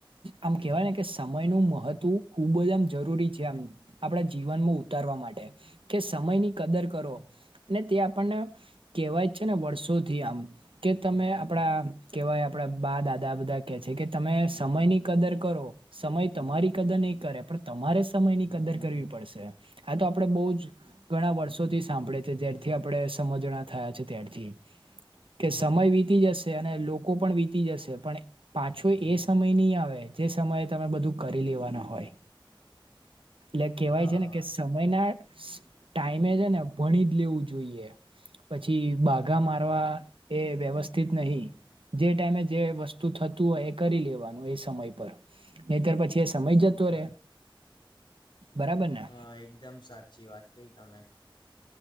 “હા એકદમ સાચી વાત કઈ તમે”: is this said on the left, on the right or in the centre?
Left